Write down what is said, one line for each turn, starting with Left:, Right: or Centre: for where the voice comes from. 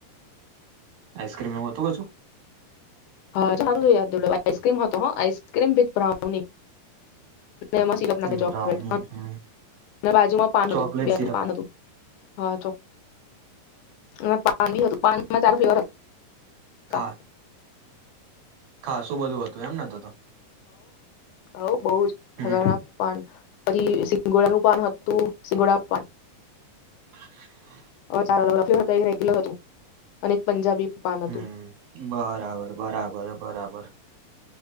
Right: આઈસ્ક્રીમ એવ હતું કસુ?
Left: હા સાર જો યાદ આઈક્રીમ હતો હ આઈસક્રીમ વિથ બ્રાઉની. એમાં સીલપ નાખે
Right: હમ
Left: ચોકલેટ,
Right: બ્રાઉની હમ
Left: બાજુમાં પાન
Right: ચોકલેટ
Left: હતું બે
Right: સિરપ
Left: હતું પાન હતું. હા. <unintelligible> પાન બી હતું પાનમાં ચાર ફ્લેવર. હતા
Right: હા. હા શું બધું હતું એમ ને તો તો.
Left: આવું. બહુ જ
Right: હમ
Left: ખતરનાક પણ. પછી સિંગોડાનું પાન હતું સિંગોડાનું પાન.
Right: <inaudible>
Left: હતા રેગ્યુલર હતું, અને પંજાબી પાન
Right: હમ,
Left: હતું
Right: બરાબર બરાબર બરાબર.